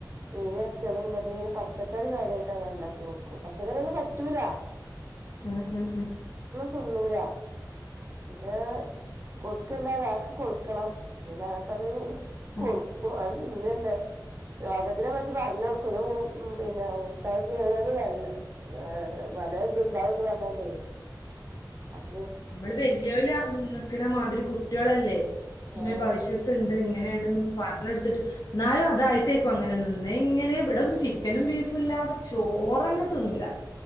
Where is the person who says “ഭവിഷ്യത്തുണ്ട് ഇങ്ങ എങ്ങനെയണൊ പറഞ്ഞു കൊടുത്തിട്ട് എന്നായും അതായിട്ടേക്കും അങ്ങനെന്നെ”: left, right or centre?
Left